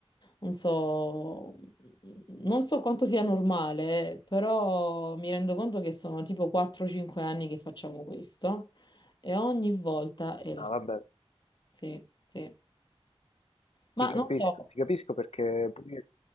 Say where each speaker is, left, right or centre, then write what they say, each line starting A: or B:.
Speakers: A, on the left; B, on the left.
A: Non so, non so quanto sia normale, eh, però mi rendo conto che sono tipo 4-5 anni che facciamo questo e ogni volta è la
B: Ah,
A: stessa.
B: vabbè,
A: Sì, sì. Ma
B: ti capisco,
A: non so,
B: ti capisco perché pure io